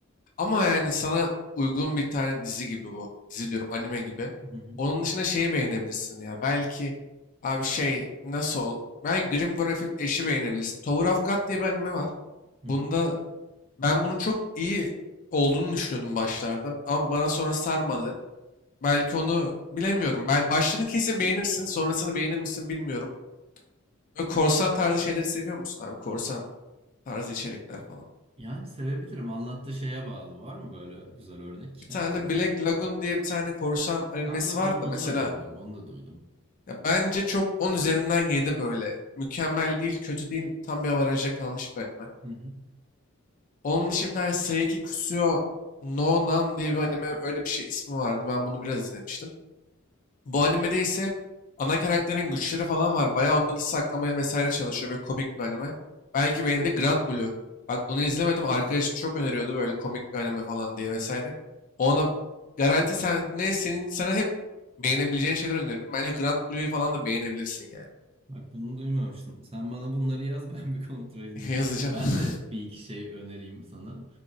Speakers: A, on the left; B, on the right.
A: Ama yani sana uygun bir tane dizi gibi bu. Dizi diyorum anime gibi.
B: hı.
A: Onun dışında şeyi beğenebilirsin ya. Belki abi şey nasıl ol? Belki Grim Graphic eşi beğenebilirsin. Tower of God diye bir anime var.
B: Hı
A: Bunda
B: hı.
A: ben bunu çok iyi olduğunu düşünüyordum başlarda. Ama bana sonra sarmadı. Belki onu bilemiyorum. Ben başlarını kesin beğenirsin. Sonrasını beğenir misin bilmiyorum. Ve korsan tarzı şeyleri seviyor musun abi? Korsan tarzı içerikler falan.
B: Yani sevebilirim. Anlattığı şeye bağlı. Var mı böyle güzel örnek
A: Bir tane
B: aklında?
A: Black Lagoon diye bir tane korsan animesi
B: Aa bak
A: var
B: onu,
A: da
B: onu
A: mesela
B: da duydum. Onu da duydum.
A: Ya bence çok 10 üzerinden 7 böyle. Mükemmel değil, kötü değil. Tam bir avaraja kalmış bir anime.
B: Hı hı.
A: Onun dışı bir tane Seiki Kusuo no Nan diye bir anime öyle bir şey ismi vardı. Ben bunu biraz izlemiştim. Bu animede ise ana karakterin güçleri falan var. Bayağı onları saklamaya vesaire çalışıyor. Böyle komik bir anime. Belki benim de Grand Blue. Bak bunu izlemedim. Arkadaşım çok öneriyordu böyle komik bir anime falan diye vesaire. Ona garanti sen ne senin sana hep beğenebileceğin şeyler öneririm. Bence Grand Blue'yu falan da beğenebilirsin yani.
B: Bak bunu duymamıştım. Sen bana bunları yaz <laughs> ben bir kontrol edeyim.
A: <laughs> Yazacağım.
B: Ben
A: <laughs>
B: de bir iki şey önereyim sana.